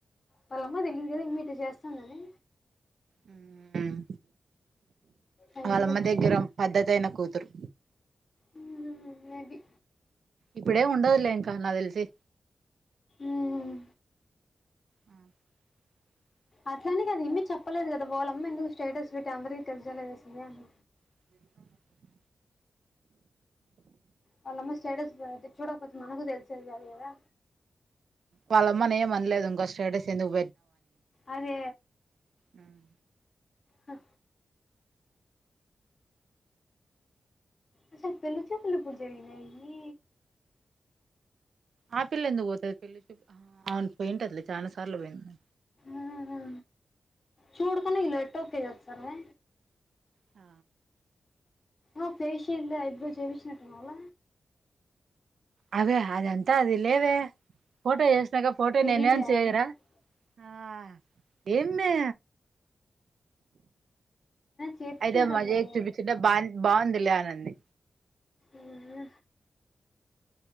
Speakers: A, on the left; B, on the right.
A: వాళ్ళమ్మకి దేలిదు గాదా ఇమే ఇట్టా జేస్తుందని.
B: ఉమ్మ్
A: అయ్యుండొచ్చు
B: వాళ్ళమ్మ దగ్గర పద్ధతి అయిన. కూతురు.
A: ఉమ్మ్ మేబి.
B: ఇప్పుడేమ్ ఉడదులే ఇంకా నాదెల్సి
A: ఉమ్మ్
B: ఉహ్మ్. బ్లాంక్
A: అట్లానే గదా ఎమీ చెప్పలేదు కదా వాళ్ళమ్మ ఎందుకు స్టేటస్ పెట్టి అందరికీ తెలిసేల చేసింది అని
B: బ్లాంక్
A: వాళ్ళమ్మ స్టేటస్ పే చూడపోతే మనకు తెలిసేది కాదు కదా
B: వాళ్ళమ్మని ఏం అనలేదు ఇంకో స్టేటస్ ఎందుకు
A: అదే
B: ఉమ్
A: హ అసలు పెళ్ళి చూపులు ఎప్పుడు జరిగినయీ
B: ఆ పిల్ల ఎందుకు పోతది పెళ్లి చూపు ఆ అవును పోయింటదిలే చానా సార్లు పోయింది
A: ఆ చూడ్కని ఇలు ఎట్ట ఓకే చేప్తరె
B: ఆ
A: ఆ ఫేశియల్ ఐబ్రో చెపిచినట్టుండాల
B: అదే అదంత అది లేదే ఫోటో ఎస్ నగ ఫోటో
A: ఎడిట్
B: నేనే ఎం
A: అయినా
B: చేయరా ఆ ఏమ్మే
A: చేపించుంటారులే
B: అయితే మజై చూపించుంటే బా బాగుంది లే అనంది
A: ఉహు